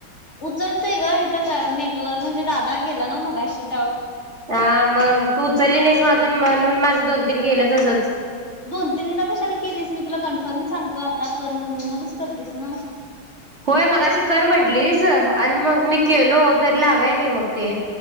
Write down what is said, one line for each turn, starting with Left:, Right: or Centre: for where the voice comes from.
Left: उचलतय ग इथं का नेटवर्क म्हणजे दादा गेला ना मग अशी त
Right: हा मग तू उचलली नाहीस माजून म्हणून माझं दोन तीन गेलं तसंच.
Left: दोन तीनदा कशाला केलीस मी तुला कन्फर्म सांगतो आता कर म्हणून मगच करतेस ना.
Right: होय मग अशी कर म्हंटलीस आणि, मग मी केलो तर लागाय नाही मग ते.